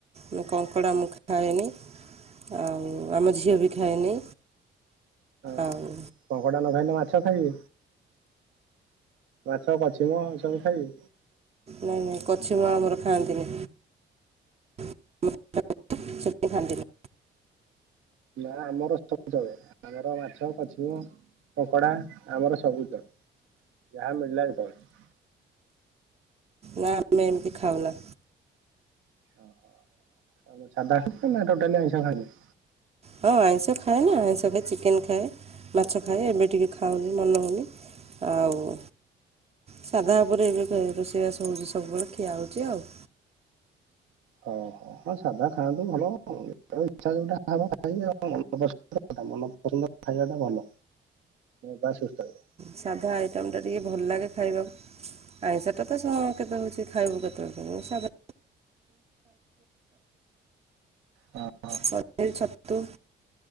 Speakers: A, on the right (about 30°); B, on the right (about 80°).
A: ମୁଁ କଙ୍କଡ଼ା ମୁଖ ଖାଏନି। ଆଉ ଆମ ଝିଅ ବି ଖାଏନି।
B: ଆଁ
A: ଆଉ
B: ହାଁ। କଙ୍କଡ଼ା ନ ଖାଇଲେ ମାଛ ଖାଇବେ ମାଛ କଛିିମ ଏ ସବୁ ଖାଇବେ।
A: ନାଇଁ ନାଇଁ କଚ୍ଛିମ ଆମର ଖାଆନ୍ତିନି। <unintelligible>
B: ନା ଆମର ସବୁ ଚଳେ ଆମର ମାଛ କଛିମ। କଙ୍କଡା ଆମର ସବୁ ଚଳେ ଯାହା ମିଳିଲା ଯେତେବେଳେ।
A: ନା ଆମେ ଏମିତି ଖାଉନା।
B: ଓହୋ ସାଧା ଖ ନା ଟୋଟାଲି ଆଇଁଷ ଖାଇନ
A: ହଁ ଆଇଁଷ ଖାଏନା ଆଇଁଷ ଖାଏ, ଚିକେନ ଖାଏ ମାଛ ଖାଏ ଏବେ ଟିକେ ଖାଉ ମନ ହଉନି ଆଉ। ସାଧା ଉପରେ ଏବେ ରୋଷେଇବାସ ହେଉଛି ସବୁବେଳେ ଖିଆ ହେଉଛି ଆଉ।
B: ଓହ ହଁ ସାଧା ଖାଆନ୍ତୁ ଭଲ ଇଛା ଯଉଟା <unintelligible> ଖାଇବା ଟା ଭଲ। ବାସ ସୁସ୍ଥ ରହିବ।
A: ସାଧା ଆଇଟମ ଟା ଟିକେ ଭଲ ଲାଗେ ଖାଇବାକୁ। ଆଇଁଷ ଟା ସ ତ କେତେ ହଉଛି ଖାଇବୁ କେତେ ହଉଛି ସାଧା।
B: ହଁ।
A: ପନିର ଛତୁ।